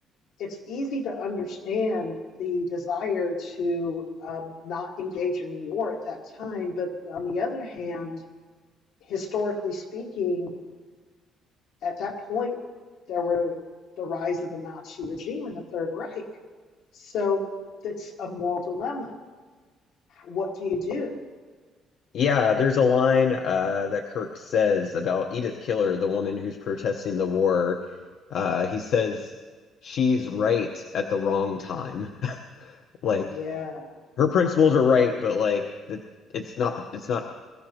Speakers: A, on the left; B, on the left.
A: it's easy to understand the desire to um, not engage in war at that time, but on the other hand, historically speaking, at that point, there were the rise of the Nazi regime and the Third Reich. So that's a moral dilemma What do you do?
B: Yeah, there's a line uh, that Kirk says about Edith Keeler, the woman who's protesting the war. Uh, he says she's right at the wrong time. <laughs> Like
A: Yeah.
B: her principles are right, but like it, it's not the, it's not